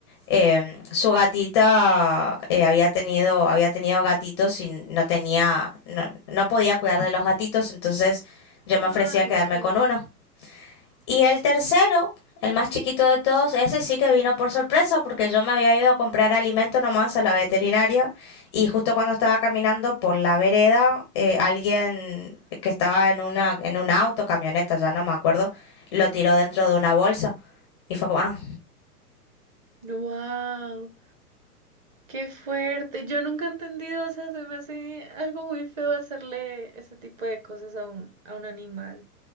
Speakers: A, on the left; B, on the right.
A: eh, su gatita eh, había tenido, había tenido gatitos y no tenía, no, no podía cuidar de los gatitos, entonces yo me
B: Ah,
A: ofrecía a quedarme
B: ok.
A: con uno. Y el tercero, el más chiquito de todos, ese sí que vino por sorpresa porque yo me había ido a comprar alimento nomás a la veterinaria y justo cuando estaba caminando por la vereda, eh, alguien que estaba en una, en un auto, camioneta, ya no me acuerdo, lo tiró dentro de una bolsa. Y fue como, ah,
B: Wow, qué fuerte. Yo nunca he entendido, o sea, se me hace algo muy feo hacerle ese tipo de cosas a un, a un animal.